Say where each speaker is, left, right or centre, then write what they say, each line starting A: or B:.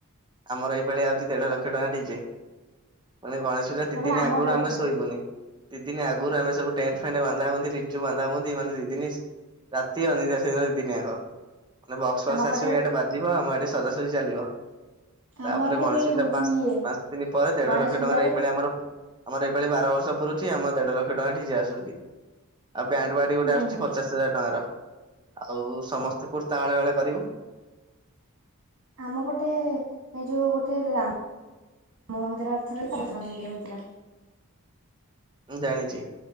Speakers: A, on the right; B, on the right.
A: ଆମର ଏଇଭଳିଆ ଆଉଛି ଦେଢ ଲକ୍ଷ ଟଙ୍କା ଦେଇଠଛି। ମାନେ ଗଣେଶ ପୂଜା
B: କେବଳ
A: ଦି ଦିନ
B: ଆମ
A: ଆଗରୁ
B: ବ୍ୟାଚ୍
A: ଆମେ
B: ଛୁଆ
A: ଶୋଇବୁନି। ଦିଦିନ ଆଗରୁ ଆମେ ସବୁ ଟେଣ୍ଟ ଫେଣ୍ଟ ବାନ୍ଧା ହନ୍ତି ଲିଚୁ ବାନ୍ଧା ବୁନ୍ଧି ଦିନ। ରାତି ଅନିଦ୍ରା ଦିଦିନିଯାକ। ମାନେ ବକ୍ସ ଫକ୍ସ
B: ଆମ
A: ଆସିବ
B: ପଟେ
A: ଏଠେ ବାଜିବ ଆମ ଏଠେ ସଜାସଜି ଚାଲିବ। ତାପରେ
B: ଆମର ପଟେ
A: ଗଣେଶ ପୂଜା
B: ହଉଛି
A: ପା
B: ଇଏ
A: ପାଞ୍ଚ ଦିନ ପରେ ଦେଢ
B: ଗଣେଶ
A: ଲକ୍ଷ
B: ପୂଜାରେ
A: ଟଙ୍କାରେ ଏଇଭଳିଆ ଆମର ଆମର। ବେଳେ ବାର ବର୍ଷ ପୁରୁଛି ଆମର ଦେଢ ଲକ୍ଷ ଟଙ୍କା ଡିଜେ ଆସୁଛି। ଆଉ ବ୍ୟାଣ୍ଡ ବଡି ଗୋଟେ
B: ଉୁଁ
A: ଆସୁଛି
B: ହୁଁ
A: ପଚାଶ ହଜାର ଟଙ୍କାର ଆଉ। ସମସ୍ତେ କୁର୍ତା ହଳେ ହଳେ କରିବୁ।
B: ଆମ ପଟେ ଏଇ ଯୋଉ ଗୋଟେ। ମ ମନ୍ଦିର ଅର୍ଥରେ ତା ଘୋଷଣା ମନ୍ଦିର ହେଥିଲା।
A: ମୁଁ ଜାଣିଛି